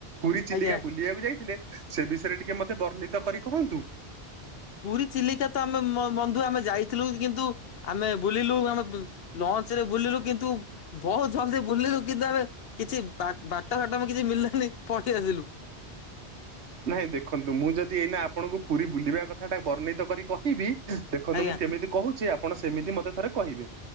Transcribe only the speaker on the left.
ଆଜ୍ଞା
ପୁରୀ ଚିଲିକା ତ ଆମେ ବନ୍ଧୁ ଆମେ ଯାଇଥିଲୁ କିନ୍ତୁ ଆମେ ବୁଲିଲୁ <unintelligible> ଲଞ୍ଚ୍ ରେ ବୁଲିଲୁ କିନ୍ତୁ ବହୁତ୍ ଜଲଦି ବୁଲିଲୁ କିନ୍ତୁ ଆମେ କିଛି ବା ବାଟ ଫାଟ କିଛି ମଳିଲାନି ପଲେଇ ଆସିଲୁ।
ଆଜ୍ଞା